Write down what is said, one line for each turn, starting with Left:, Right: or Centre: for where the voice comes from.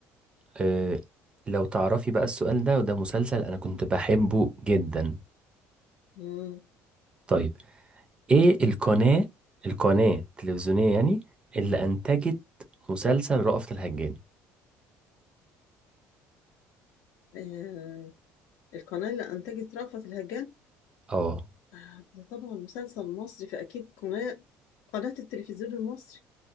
Right: أه لو تعرفي بقى السؤال ده وده مسلسل انا كنت بحبه جدا
Left: مم.
Right: طيب ايه القناة القناة التلفزيونية يعني اللي انتجت مسلسل رأفت الهجان
Left: آه. القناة اللي أنتجت رأفت الهجان
Right: اه
Left: آه، ده طبعا مسلسل مصري فأكيد قناة قناة التلفزيون المصري